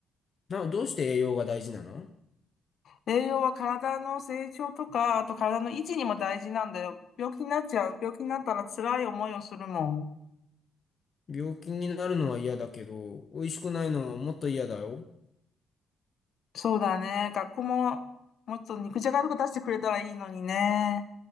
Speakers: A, on the left; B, on the left.
A: な、どうして栄養が大事なの
B: 栄養は体の成長とか、あと体の維持にも大事なんだよ。病気になっちゃう。病気になったら辛い思いをするもん。
A: 病気になるのは嫌だけど、美味しくないのはもっと嫌だよ。
B: そうだね。学校も、もっと肉じゃがとか出してくれたらいいのにね。